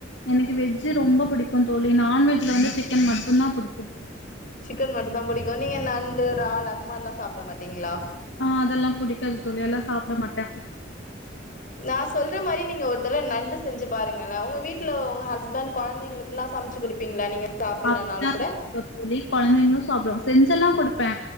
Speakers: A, on the left (about 70°); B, on the left (about 45°).
A: எனக்கு வெஜ்ஜு ரொம்ப பிடிக்கு தோழி நான் வெஜ்ல வந்து சிக்கன் மட்டுந்தா பிடிக்கு
B: சிக்கன் மட்டுந்தா பிடிக்கு நீங்க நண்டு இறால் அந்த மாதிரி எல்லா சாப்பிட மாட்டீங்களா
A: ஆ அதெல்லா புடிக்காது தோழி அது எல்லா சாப்பிடமாட்டே
B: நா சொல்ற மாதிரி நீங்க ஒரு தடவ நண்டு செஞ்சு பாருங்கள்லே உங்க வீட்டுல உங்க ஹஸ்பண்ட் கொழந்தைங்களுக் எல்லா சமைச்சு கொடுப்பீங்களா நீங்க சாப்பட்லனாலு
A: அப்டிலா
B: கூட
A: சொல்லல தோழி குழந்தைங்களு சாப்பிடுவாங்க செஞ்செல்லா கொடுப்பே